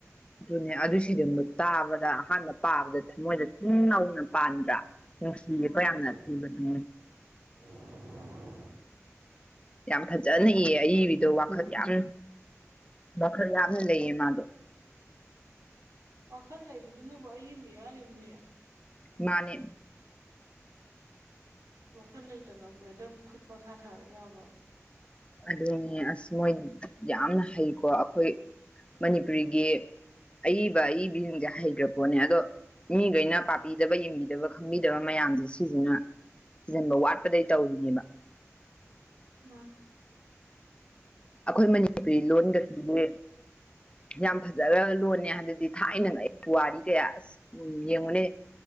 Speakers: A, on the left (about 20°); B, on the right (about 85°).
A: ꯑꯗꯨꯅꯦ ꯑꯗꯨ ꯁꯩꯔꯦꯡꯗꯣ ꯇꯥꯕꯗ ꯑꯍꯥꯟꯕ ꯄꯥꯕꯗ ꯊꯃꯣꯏꯗ ꯇꯤꯡ ꯂꯥꯎꯅ ꯄꯥꯟꯕ꯭ꯔꯥ ꯅꯨꯡꯁꯤꯌꯦꯀꯣ
B: ꯎꯝ
A: ꯌꯥꯝꯅ ꯊꯤꯕꯅꯦ
B: <inaudible>
A: ꯌꯥꯝ ꯐꯖꯅ ꯏ ꯑꯏꯕꯤꯗꯣ ꯋꯥꯈꯜ ꯌꯥꯝ ꯋꯥꯈꯜ ꯌꯥꯝꯅ ꯂꯩꯌꯦ ꯃꯥꯗꯣ
B: ꯋꯥꯈꯜ ꯂꯩꯕꯗꯨꯅꯕꯨ ꯑꯏꯕꯨ ꯍꯥꯏꯔꯤꯕꯅꯤ
A: ꯃꯥꯅꯤ
B: ꯋꯥꯈꯜ ꯂꯩꯇꯅꯕꯨ ꯍꯦꯛꯇ ꯈꯨꯠ ꯄꯪꯊꯥ ꯊꯥꯔꯛ ꯌꯥꯕ꯭ꯔꯣ
A: ꯑꯗꯨꯅꯦ ꯑꯁ ꯃꯣꯏ ꯌꯥꯝꯅ ꯍꯩꯀꯣ ꯑꯩꯈꯣꯏ ꯃꯅꯤꯄꯨꯔꯤꯒꯤ ꯑꯏꯕ ꯑꯏꯕꯤꯁꯤꯡꯁꯦ ꯍꯩꯈ꯭ꯔ ꯄꯣꯠꯅꯦ ꯑꯗꯣ ꯃꯤꯈꯩꯅ ꯄꯥꯕꯤꯗꯕ ꯌꯦꯡꯕꯤꯗꯕ ꯈꯪꯕꯤꯗꯕ ꯃꯌꯥꯝꯁꯦ ꯁꯤꯁꯤꯅ ꯊꯤꯖꯤꯟꯕ ꯋꯥꯠꯄꯗꯒꯤ ꯇꯧꯔꯤꯅꯦꯕ
B: ꯃꯥꯅꯤ
A: ꯑꯩꯈꯣꯏ ꯃꯅꯤꯄꯨꯔꯤ ꯂꯣꯟꯒꯁꯤꯗꯤ ꯌꯥꯝ ꯐꯖꯒꯔꯕ ꯂꯣꯟꯅꯦ ꯍꯥꯏꯕꯗꯤ ꯊꯥꯏꯅ ꯄꯨꯋꯥꯔꯤ ꯀꯌꯥ ꯑꯁ ꯎ ꯌꯦꯡꯉꯨꯅꯦ